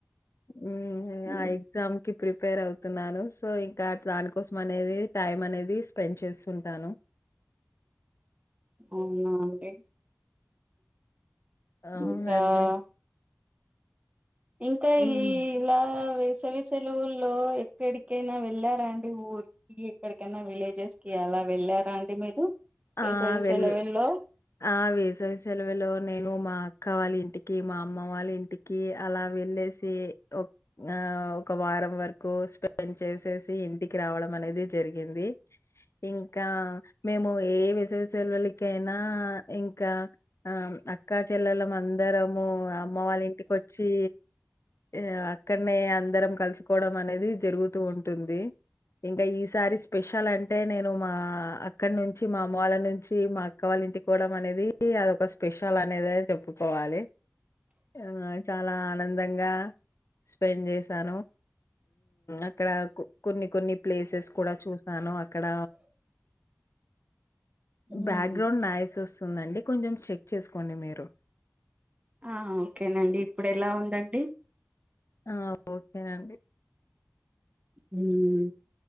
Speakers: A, on the left (about 80°); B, on the right (about 30°).
A: ఉ ఇగ
B: ఉమ్,
A: ఆ ఎగ్జామికీ ప్రిపేర్ అవుతున్నాను సో ఇంకా దానికోసం అనేది టైం అనేది స్పెండ్ చేస్తుంటాను
B: అవునా అండి
A: అవునండి
B: ఇంకా ఇంకా
A: హ్మ్.
B: ఈలా వే విసవి సెలవుల్లో ఎక్కడికైనా వెళ్ళారంండి ఊరికి ఎక్కడికైనా విలేజెస్ కి అలా ారా అండి మీరు వేససేలవులో
A: ఆ! వెల్ ఆ వేసవి సెలవులో నేను మా అక్క వల్ల ఇంటి కి మా అమ్మ వాళ్ళ ఇంటికి అలా వెళ్ళేసి ఆ ఒక వారం వరకు స్పెండ్ చేసేసి ఇంటికి రావడం అనేది జరిగింది ఇంకా మేము ఏ విసవిసల్వలకైనా ఇంకా ఆ అక్కా చెల్లలం అందర దరము అమ్మ వాళ్ళ ఇంటికి వచ్చి ఈ అక్కనే అందరం కలుసుకోవడం అనేది జరుగుతూ ఉంటుంది ఇంకా ఈసారి స్పెషల్ అంటే నేను మా ఆ అక్కడి నుంచి మా అమ్మ వాళ్ళ నుంచి మా అక్క వాళ్ళ ఇంటికి పోవడం అనేది అదోక స్పెషల్ అనేది చెప్పుకోవాలి ఆ చాలా ఆనందంగా స్పెండ్ చేసాను అక్కడ కొన్ని కొన్ని ప్లేసెస్ కూడా చూసాను అక్కడ
B: ఉమ్
A: బ్యాక్గ్రౌండ్ నైస్ వస్తుందండి కొంచెం చెక్ చేసుకోండి మీరు
B: ఆ ఓకేనండి ఇప్పుడు ఎలా ఉందండి
A: ఆ ఓకేనండి
B: ఉమ్